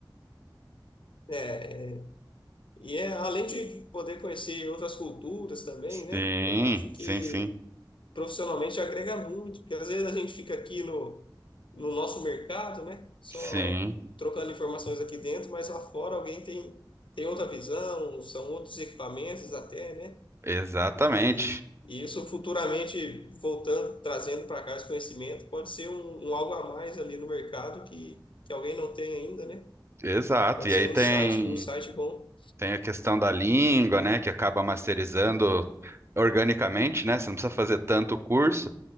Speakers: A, on the left; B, on the right.
A: É, e é além de poder conhecer outras culturas também,
B: Sim,
A: né? Eu acho que
B: sim, sim,
A: profissionalmente agrega muito, porque às vezes a gente fica aqui no, no nosso mercado, né? Só
B: sim,
A: trocando informações aqui dentro, mas lá fora alguém tem, tem outra visão, são outros equipamentos até, né?
B: exatamente,
A: E, e isso futuramente, voltando, trazendo para cá esse conhecimento, pode ser um, um algo a mais ali no mercado que, que alguém não tem ainda, né?
B: exato.
A: Pode
B: E
A: ser
B: aí
A: um
B: tem
A: insight, um insight bom.
B: Tem a questão da língua, né, que acaba masterizando organicamente, né? Você não precisa fazer tanto curso,